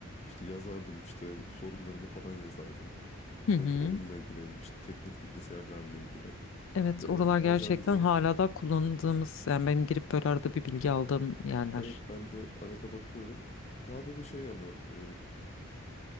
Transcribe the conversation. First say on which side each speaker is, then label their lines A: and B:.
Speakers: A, on the left; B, on the left.
A: İşte yazardım işte sorunlarımı falan yazardım.
B: hı.
A: Hem
B: hı.
A: oyunla ilgili hem işte teknik bilgisayarlarla ilgili.
B: Evet,
A: Ee,
B: oralar gerçekten
A: bazen de
B: hala da kullandığımız, yani benim girip böyle arada bir bilgi aldığım yerler.
A: evet ben de arada bakıyorum. Daha böyle şey ama e,